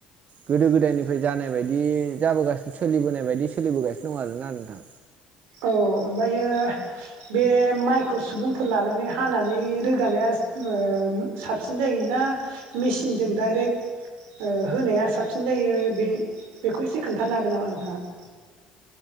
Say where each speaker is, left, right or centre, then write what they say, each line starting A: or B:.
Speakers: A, on the right (about 50°); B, on the right (about 70°).
A: गोदो गोदायनिफ्राय जानाय बायदि जाबोगासिनो सोलिबोनाय बायदि सोलि सोलिबोगासिनो दं आरोना नोंथां।
B: औ ओमफायो बे माइखौ सुबुंफोर लानानै हानानै रोगानाया स ओ साबसिन जायोना ना मेसिनजों डाइरेक्ट ओ होनाया साबसिन जायो बे-बेखौ एसे खोन्थानो हागोन नामा नोंथांङा?